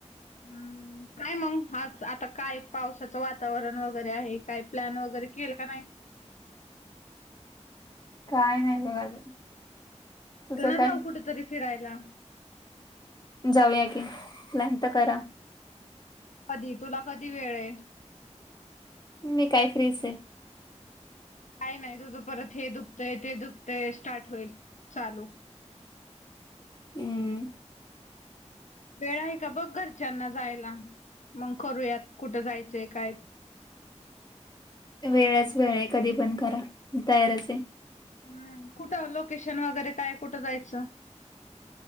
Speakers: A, on the left (about 80°); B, on the left (about 35°).
A: हम्म
B: <inaudible>
A: काय मग आज आता काय पावसाचं वातावरण वगैरे आहे, काय प्लॅन वगैरे केला का नाही?
B: काय नाही बघ अजून. तुझं
A: च ना
B: काय
A: जाऊ कुठ तरी फिरायला?
B: जाऊया की, प्लॅन तर करा.
A: कधी तुला कधी वेळ हाय?
B: मी काय फ्रीच ए.
A: काय नाही तुझं परत हे दुखतंय, ते दुखतंय स्टार्ट होईल चालू.
B: हुं.
A: वेळ आहे का बघ घरच्यांना जायला? मग करूयात कुठं जायचंय काय?
B: वेळच वेळ हाये, कधी पण करा तयारच आहे.
A: हूम कुठं लोकेशन वगैरे काय कुठं जायचं?